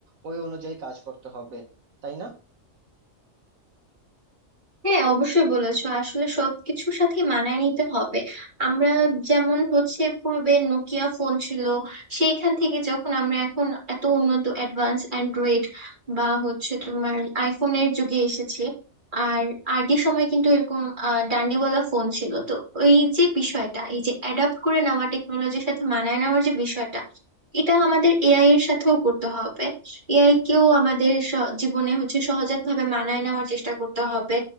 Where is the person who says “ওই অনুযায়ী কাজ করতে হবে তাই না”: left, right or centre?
Right